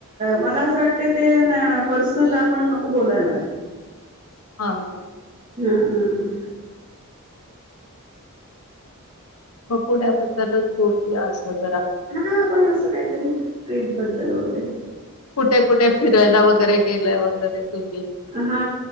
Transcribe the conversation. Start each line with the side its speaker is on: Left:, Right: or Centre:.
Right: मला असं वाटतं ते... ना पर्सनल आपण नको बोलायला.
Left: हा. हा.
Right: हा हा हा
Left: मग पुण्याबद्दलच <unintelligible> असं जरा
Right: हा पण असं काहीतरी... ट्रीप बद्दल वगैरे
Left: कुठे कुठे, फिरायला वगैरे, गेलाय वगैरे तुम्ही
Right: हा...